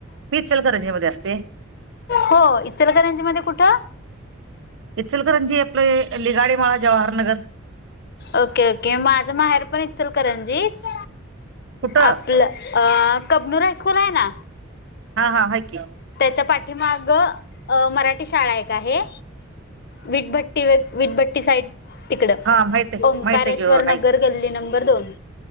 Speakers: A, on the right; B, on the left.
A: मी इचलकरंजी मध्ये असते.
B: हो इचलकरंजी मध्ये कुठं?
A: इचलकरंजी आपले लिगाडी माळा जवाहरनगर.
B: ओके ओके माझं माहेर पण इचलकरंजीच.
A: कुठं
B: आपलं अ कबनूर हायस्कूल आहे ना
A: हा हा हाय की.
B: त्याचा पाठीमागं अ मराठी शाळा एक आहे विटभट्ट तिवेक विटभट्टी साईड तिकडं
A: हा माहित आहे की,
B: ओंकारेश्वर
A: माहित आहे की हो,
B: नगर
A: हाय की.
B: गल्ली नंबर दोन.